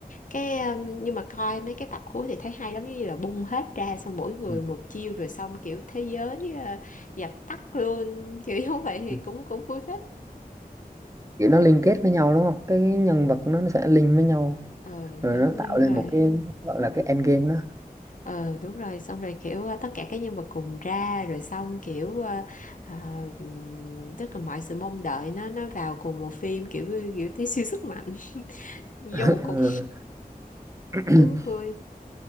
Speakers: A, on the left; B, on the right.
A: cái ờ, nhưng mà coi mấy cái tập cuối thì thấy hay lắm giống như là bung hết ra xong mỗi người
B: Ừ.
A: một chiêu rồi xong kiểu thế giới ờ, dập tắt luôn <laughs> kiểu như vậy thì
B: Ừ.
A: cũng cũng vui phết
B: kiểu nó liên kết với nhau đúng không cái, nhân vật nó, nó sẽ link với nhau
A: ờ
B: rồi
A: đúng
B: nó tạo
A: đúng
B: lên
A: rồi
B: một cái gọi là cái endgame đó
A: ừ đúng rồi xong rồi kiểu ờ, tất cả các nhân vật cùng ra rồi xong kiểu ờ, ờ, ừm, tức là mọi sự mong đợi nó nó vào cùng một phim kiểu kiểu thấy siêu sức mạnh <laughs> vô
B: <laughs> Ừ.
A: một cục
B: <clears throat>
A: thú vui